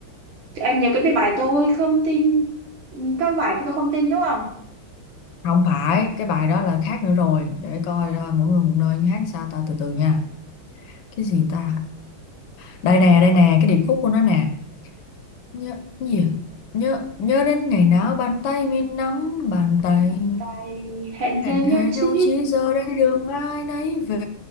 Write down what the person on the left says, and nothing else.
Không phải, cái bài đó là khác nữa rồi. Để coi ra mỗi người một nơi hát sao ta từ từ nha. Cái gì ta? Đây nè, đây nè, cái điệp khúc của nó nè. nhớ gì à? nhớ nhớ đến ngày nào bàn tay mình nắm bàn tay
hẹn
thề
nhau chỉ giờ đây đường ai nấy về